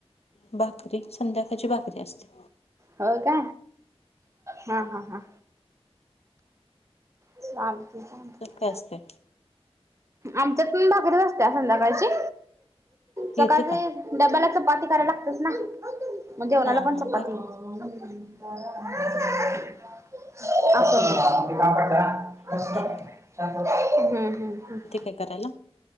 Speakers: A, on the left; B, on the right.
A: भाकरी संध्याकाळची भाकरी असते
B: हो का? हा हा हा. चालतंय चालतंय.
A: असतय.
B: आमच्यात पण भाकरीच असत्या संध्याकाळचे
A: येते
B: सकाळचे
A: का
B: डब्याला चपाती करायला लागतेच ना जेवणाला
A: हा
B: पण
A: हा
B: चपाती.
A: भाक
B: <inaudible>
A: <inaudible>
B: <unintelligible> <inaudible> हम्म
A: अच्छा
B: हम हम.
A: हे करायला